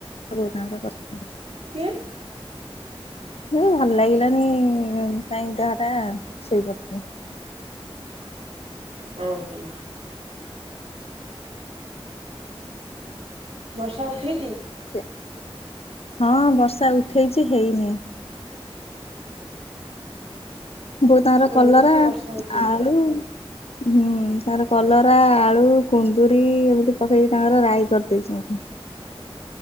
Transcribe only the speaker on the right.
କିଏ?
ଓହୋ। ବର୍ଷା ଉଠେଇଛି?
ଇଆଡ଼େ
ବି ତ ବର୍ଷା ଉଠେଇଛି